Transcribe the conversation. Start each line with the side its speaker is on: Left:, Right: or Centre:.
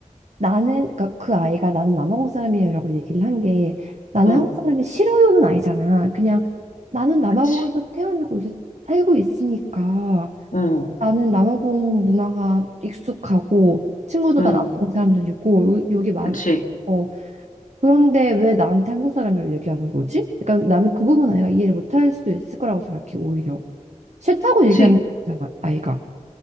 Right: 나는 그러니까 그 아이가 나는 남아공 사람이야라고 얘기를 한 게 나는
Left: 어,
Right: 한국 사람이 싫어요는 아니잖아. 그냥 나는 남아공에서
Left: 그치.
Right: 태어나고 요새 살고 있으니까
Left: 어,
Right: 나는 남아공 문화가 익숙하고 친구도
Left: 어,
Right: 다 남아공 사람들이고 요- 여기 말
Left: 그치.
Right: 어, 그런데 왜 나한테 한국 사람이라고 얘기하는 거지? 그러니까 나는 그 부분 아이가 이해를 못할 수도 있을 거라고 생각해 오히려 싫다고
Left: 그치.
Right: 얘기하는 거잖아 아이가.